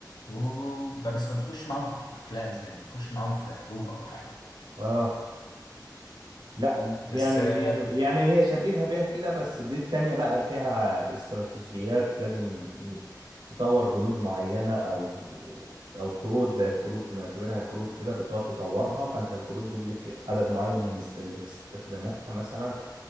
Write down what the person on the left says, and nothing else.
و- بس ما بتخش معاهم في في كلانز يعني ما بتخش معاهم في حروب او حاجه
بس
آه،
خل-